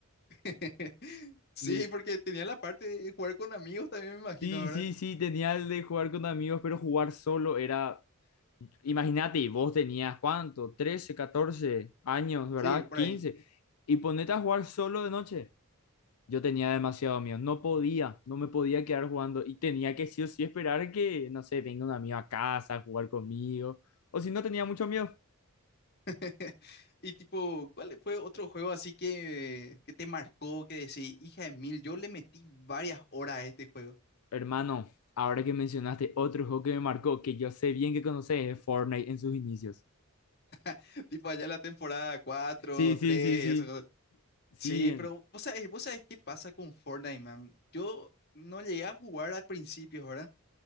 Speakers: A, on the left; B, on the left.
A: <laughs> Sí,
B: Me-
A: porque tenía la parte de jugar con amigos también, me imagino,
B: Sí,
A: ¿verdad?
B: sí, sí, tenía el de jugar con amigos, pero jugar solo era... Imagínate, y vos tenías cuánto, trece catorce años, ¿verdad?
A: Sí, por
B: quince
A: ahí.
B: Y ponete a jugar solo de noche. yo tenía demasiado miedo, no podía, no me podía quedar jugando y tenía que sí o sí esperar que, no sé, venga un amigo a casa a jugar conmigo, o si no tenía mucho miedo.
A: <laughs> Y tipo, ¿cuál fue otro juego así que, que te marcó, que decís, hija de mil, yo le metí varias horas a este juego?
B: Hermano, ahora que mencionaste otro juego que me marcó, que yo sé bien que conoces, es Fortnite en sus inicios.
A: <laughs> Tipo allá la temporada cuatro
B: Sí, sí,
A: 3
B: sí, sí,
A: y esas cosas.
B: sí,
A: Sí,
B: en-
A: pero vos sabés, vos sabés qué pasa con Fortnite, man. Yo no llegué a jugar al principio, ¿verdad?